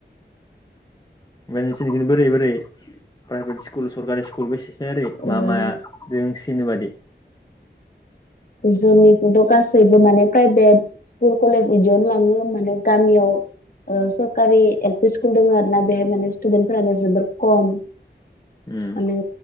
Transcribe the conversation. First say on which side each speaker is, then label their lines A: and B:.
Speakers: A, on the left (about 20°); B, on the left (about 50°).
A: बे नोंसोरनि बोरै बोरै प्राइभेट स्कुल सरकारि स्कुल बेसेसै ओरै
B: ओ
A: मा माया जों बेबादि
B: जोंनिखौथ' गासैबो माने प्राइभेट स्कुल कलेज इदियावनो लाङो माने गामियाव ओ सरकारि एल पि स्कुल दङ आरो ना बेहाय माने स्टुदेन्टफोरानो जोबोद खम माने
A: उम